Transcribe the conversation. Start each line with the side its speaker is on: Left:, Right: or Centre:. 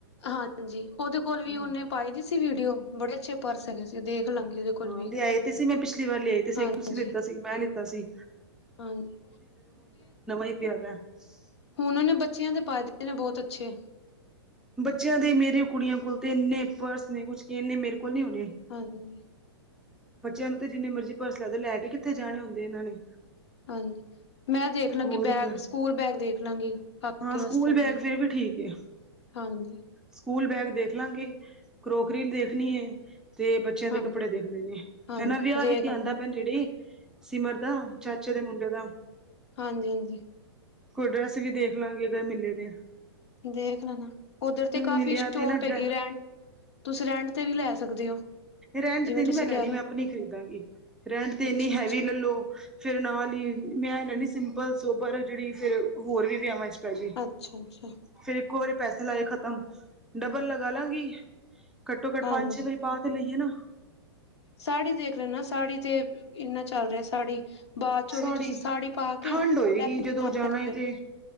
Left: ਹਾਂਜੀ ਉਹਦੇ ਕੋਲ ਵੀ
Centre: ਹਾਂ
Left: ਉਹਨੇ ਪਾਈ ਦੀ ਸੀ ਵੀਡੀਓ ਬੜੇ ਅੱਛੇ ਪਰ ਸਕੇ ਸੀ ਦੇਖ ਲਾਂਗੇ ਉਹਦੇ ਕੋਲ
Centre: ਹਾਂ,,
Left: ਵੀ
Centre: ਲਿਆਏ ਤੇ ਸੀ ਮੈਂ ਪਿਛਲੀ ਵਾਰ ਲਿਆਈ ਤੇ ਸੀ,
Left: ਹਾਂਜੀ,
Centre: ਇੱਕ ਤੁਸੀਂ ਲਿੱਤਾ ਸੀ ਇੱਕ ਮੈਂ ਲਿੱਤਾ ਸੀ।
Left: ਹਾਂਜੀ
Centre: <unintelligible>
Left: ਹੁਨ ਓਨੇ ਬੱਚੇਆਂ ਦੇ ਪਾਏ ਦੇ ਨੇ ਬੋਤ ਅੱਛੇ।
Centre: ਬੱਚੇਆਂ ਦੇ ਮੇਰੇ ਕੁੜੀਆਂ ਕੋਲ ਤੇ ਏਨੇ ਪਰਸ ਨੇ, ਕੁਝ ਏਨੇ ਮੇਰੇ ਕੋਲ ਨੀ ਹੋਨੇ।
Left: ਹਾਂਜੀ।
Centre: ਬੱਚੇਆਂ ਨੂੰ ਤੇ ਜਿੰਨੀ ਮਰਜੀ ਪਰਸ ਲੈਦੋ, ਲੈ ਕੇ ਕਿੱਥੇ ਜਾਣੇ ਹੁੰਦੇ ਏਨਾਂ ਨੇ।
Left: ਹਾਂਜੀ, ਮੈਂ ਦੇਖ ਲਾਂਗੀ
Centre: ਹੋਰ
Left: ਬੈਗ
Centre: ਕਿਆ
Left: ਸੁਕੂਲ ਬੈਗ ਦੇਖ ਲਾਂਗੀ, ਕਾਕੇ
Centre: ਹਾਂ ਸਕੂਲ
Left: ਵਾਸਤੇ ਅਪਨੇ।
Centre: ਬੈਗ ਫੇਰ ਵੀ ਠੀਕ ਏ।
Left: ਹਾਂਜੀ।
Centre: ਸਕੂਲ ਬੈਗ ਦੇਖ ਲਾਂਗੇ ਕਰੋਕਰੀ ਦੇਖਣੀ ਹੈ ਤੇ ਬੱਚਿਆਂ ਦੇ
Left: ਹਾਂਜੀ,
Centre: ਕੱਪੜੇ ਦੇਖਦੇ ਨੇ
Left: ਹਾਂਜੀ
Centre: ਹਨਾ ਵਿਆਹ
Left: ਦੇਖ
Centre: ਵੀ ਧ ਆਉਂਦਾ ਭੈਣ ਜਿਹੜੇ ਸਿਮਰ ਦਾ ਚਾਚੇ ਦੇ ਮੁੰਡੇ ਦਾ
Left: ਹਾਂਜੀ ਹਾਂਜੀ
Centre: ਕੋਈ ਡਰੈੱਸ ਵੀ ਦੇਖ ਲਾਂਗੇ ਮਿਲੇ ਦੇ
Left: ਦੇਖ ਲੈਣਾ ਉਓਧਰ ਤੇ ਕਾਫੀ
Centre: ਮਿਲਿਆ
Left: ਸ਼ੋਪ
Centre: ਤੇ ਨਾ
Left: ਹੈਗੀ
Centre: ਡਰੈ
Left: ਰਹਿਣ ਤੁਸੀ ਰੈਂਟ ਤੇ ਵੀ ਲੈ ਸਕਦੇ ਹੋ
Centre: ਰੈਂਟ
Left: ਜਿਵੇਂ
Centre: ਤੇ ਨੀ
Left: ਤੁਸੀਂ
Centre: ਮੈਂ ਲੈਣੀ
Left: ਕਹਿ ਰਹੇ
Centre: ਮੈਂ ਆਪਣੀ ਖਰੀਦਾਂਗੀ ਰੈਂਟ
Left: ਹੋ
Centre: ਤੇ ਇੰਨੀ
Left: ਅੱਛਾ-ਅੱਛਾ,
Centre: ਹੈਵੀ ਲੈ ਲੋ ਫੇਿਰ ਨਾਲ ਹੀ ਮੈਂ ਰਹਿੰਦੀ ਸਿੰਪਲ ਸੋਬਰ ਜਿਹੜੀ ਫੇਰ ਹੋਰ ਵੀ ਵਿਆਵਾਂ ੈ ਜ
Left: ਅੱਛਾ-ਅੱਛਾ
Centre: ਫੇਰ ਇੱਕੋ ਵਾਰੀ ਪੈਸੇ ਲਾਏ ਖਤਮ ਡਬਲ ਲਗਾ ਲਾਂਗੀ ਘੱਟੋ ਘੱਟ
Left: ਹਾਂਜੀ।
Centre: ਪੰਜ ਛੇ ਵਜੇ ਪਾ ਤੇ ਲਈਏ ਨਾ
Left: ਸਾੜੀ ਦੇਖ ਲੈ ਨਾ ਸਾੜੀ ਤੇ ਇੰਨਾ ਚੱਲ ਰਿਹਾ ਸਾੜੀ ਬਾਅਦ ਚੋਂ
Centre: ਸਾੜੀ
Left: ਵੀ ਤੁਸੀਂ ਪਾ
Centre: ਠੰਡ
Left: ਕੇ
Centre: ਹੋਏਗੀ ਜਦੋਂ
Left: ਸਕਦੇ
Centre: ਜਾਣਾ ਤੇ